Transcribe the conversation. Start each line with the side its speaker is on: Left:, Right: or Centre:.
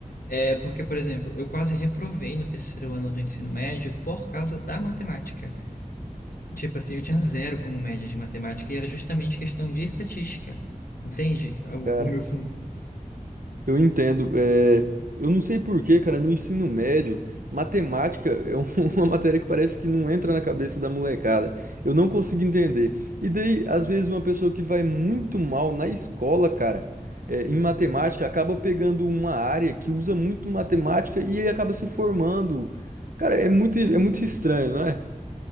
Left: É, porque, por exemplo, eu quase reprovei no terceiro ano do ensino médio por causa da matemática. Tipo assim, eu tinha zero como média de matemática e era justamente questão de estatística. Entende? O,
Right: cara.
Left: o meu fundo.
Right: Eu entendo. É, eu não sei por quê, cara, no ensino médio, matemática é um- <laughs> uma matéria que parece que não entra na cabeça da molecada. Eu não consigo entender. E daí, às vezes, uma pessoa que vai muito mal na escola, cara, é, em matemática, acaba pegando uma área que usa muito matemática e ele acaba se formando. Cara, é muito, é muito estranho, não é?